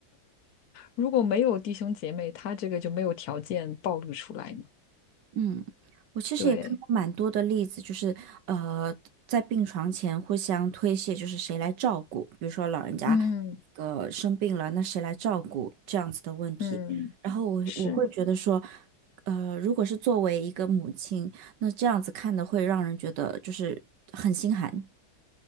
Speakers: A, on the left; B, on the right.
A: 如果没有弟兄姐妹，他这个就没有条件暴露出来嘛。
B: 嗯，我其实也看过蛮多的例子，
A: 对，
B: 就是呃，在病床前互相推卸，就是谁来照顾，比如说老人家那个生病了，
A: 嗯
B: 那谁来照顾这样子的问题。
A: 嗯，
B: 然后我我会觉得说，
A: 是，
B: 呃，如果是作为一个母亲，那这样子看的会让人觉得就是很心寒。